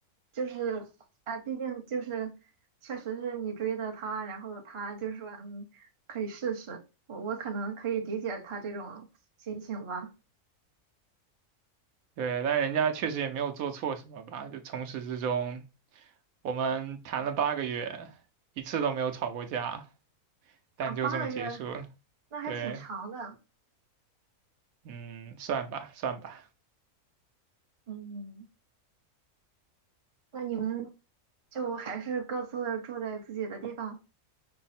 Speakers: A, on the right (about 35°); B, on the right (about 70°).
A: 就是，哎，毕竟就是，确实是你追的他，然后他就说，嗯，可以试试。我我可能可以理解他这种心情吧。
B: 对，但人家确实也没有做错什么吧，就从始至终我们谈了八个月，一次都没有吵过架，但就这么结束了。
A: 啊，八个月，那还挺长的。
B: 对，嗯，算吧，算吧。
A: 嗯，那你们就还是各自住在自己的地方。